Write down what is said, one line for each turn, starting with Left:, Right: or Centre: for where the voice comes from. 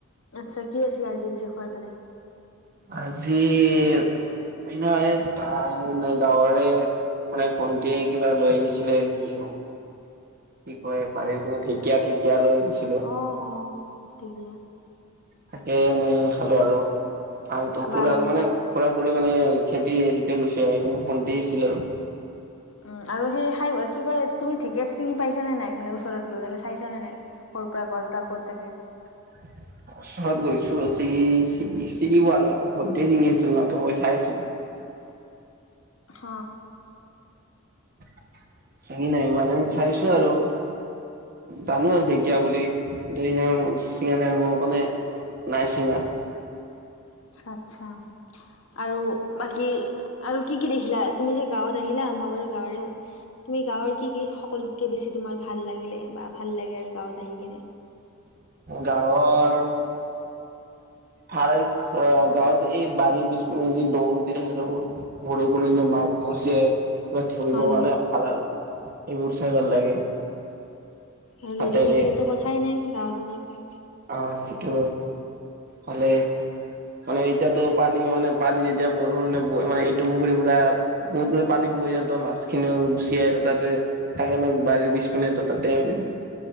Left: আচ্ছা কি আছিলে আজি পিছে খোৱাৰ ফালে?
Right: আজি এ। <unintelligible> গাঁৱৰে মানে ভন্টিটিয়ে কিবা লৈ আনিছিলে কি কি কয় পাৰি পিনে ঢেঁকীয়া ঢেঁকীয়া লৈ আনিছিলে
Left: অহ, ঢেঁকীয়া
Right: তাকেই মানে খালো আৰু আৰু খুৰা
Left: বাৰু
Right: মানে ফুৰা ফুৰি মানে খেতি হেৰিতে গৈছে সেইকাৰণে ভণ্টি আছিল আৰু।
Left: উম আৰু সেই খাই কি কয় তুমি ঢেঁকীয়া ছিঙি পাইছা নে নাই মানে ওচৰত গৈ কেনে চাইছা নে নাই সৰু পৰা গছডাল ক'ত থাকে।
Right: <unintelligible> ওচৰত গৈছো ছিঙি ছিঙি ছিঙি পোৱা নাই ভণ্টি ছিঙি আছিল নহ ত মই চাই আছিলো। <inaudible>
Left: হ।
Right: <inaudible> ছিঙি নাই মানে চাইছো আৰু জানো আৰু ঢেঁকীয়া বুলি। চিঙা নাইব মানে নাই চিঙা
Left: আচ্ছা, আচ্ছা। আৰু বাকী আৰু কি, কি দেখিলা তুমি যে গাঁওত আহিলা মই বাৰু গাঁৱৰে হয়। তুমি গাঁও কি কি সকলোতকে বেছি তোমাৰ ভাল লাগিলে বা ভাল লাগে আৰু গাঁওত আহি কিনে।
Right: গাঁওৰ। গাঁওৰ যে এই বাৰী বিছপিনে যি দং থাকে সেই ভৰ মাজ মজিয়াত ধৰিবৰ
Left: হয়
Right: কাৰণে
Left: হয়
Right: ভাল আৰু এইবোৰ চাই ভাল লাগে।
Left: আৰু
Right: হাতেৰে
Left: নদী থাকিলেতো কথাই নাই গাঁওখনত।
Right: আহ সেইটো হলে মানে এতিয়াতো পানী মানে পানী যেতিয়া বৰষুণে মানে এইটো পুখুৰী পো বহুত পানী ন্ত মাছখিনিও গুচিয়াই তাতে থাকে ন বাৰীৰ পিছ পিনে তাতে মানে